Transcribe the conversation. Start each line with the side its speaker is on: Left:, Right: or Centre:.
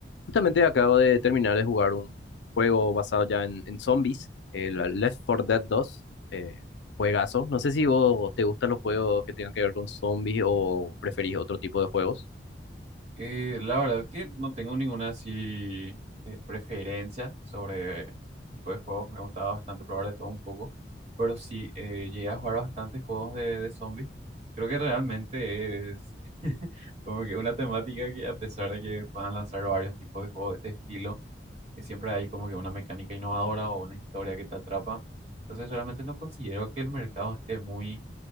Left: Justamente acabo de terminar de jugar un juego basado ya en, en zombies, el Left 4 Dead dos eh, juegazo. No sé si vos te gustan los juegos que tengan que ver con zombies o preferís otro tipo de juegos.
Right: Eh, la verdad que no tengo ninguna así eh, preferencia sobre el tipo de juegos. Me gustaba bastante probar de todo un poco. Pero sí, eh, llegué a jugar bastantes juegos de, de zombies. Creo que realmente es <laughs> como que una temática que a pesar de que puedan lanzar varios tipos de juegos de este estilo, que siempre hay como que una mecánica innovadora o una historia que te atrapa. Entonces realmente no considero que el mercado esté muy